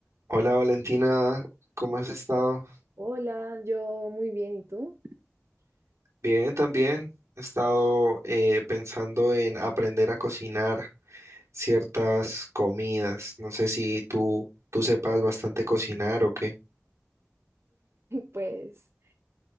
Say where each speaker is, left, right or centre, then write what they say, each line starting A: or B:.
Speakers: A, on the right; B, on the right.
A: Hola Valentina, ¿cómo has estado?
B: Hola, yo muy bien, ¿y tú?
A: Bien, también. He estado eh, pensando en aprender a cocinar ciertas comidas. No sé si tú, tú sepas bastante cocinar o qué.
B: <laughs> Pues